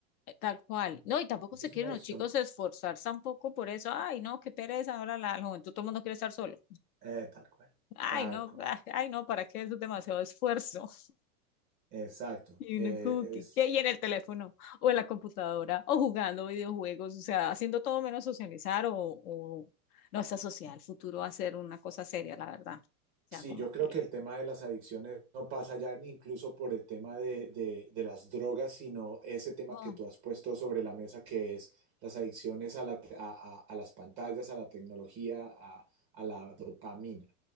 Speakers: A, on the left; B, on the right.
A: eh, tal cual. No, y tampoco
B: Eso
A: se
B: es
A: quieren
B: una adicción.
A: los chicos esforzar tampoco por eso. Ay, no, qué pereza, ahora la, la juventud, todo el mundo quiere estar solo.
B: eh, tal cual,
A: Ay,
B: tal
A: no,
B: cual.
A: <laughs> ay, ay, no, ¿para qué Eso es demasiado esfuerzo?
B: Exacto.
A: Y
B: Eh,
A: uno es como
B: es
A: que, ¿qué? Y en el teléfono, o en la computadora, o jugando videojuegos, o sea, haciendo todo menos socializar, o, o no está social, el futuro va a ser una cosa seria, la verdad. O sea,
B: Sí,
A: como
B: yo creo
A: que.
B: que el tema de las adicciones no pasa ya ni incluso por el tema de, de- de las drogas, sino ese tema
A: oh,
B: que tú has puesto sobre la mesa, que es las adicciones a, la te- a- a- a las pantallas, a la tecnología, a, a la dopamina.